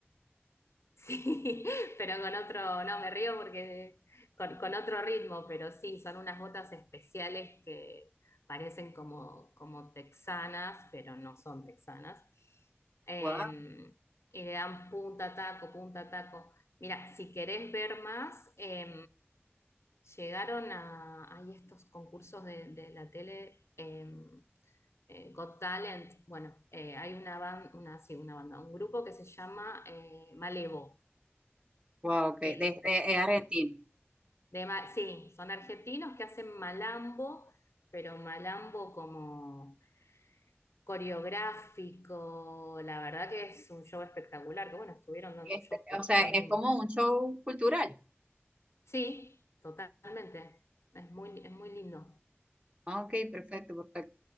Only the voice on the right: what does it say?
Wow,
wow, ok,
desde,
es argentino.
Este,
o sea,
es
como un show cultural.
Ah, Ok, perfecto, perfecto.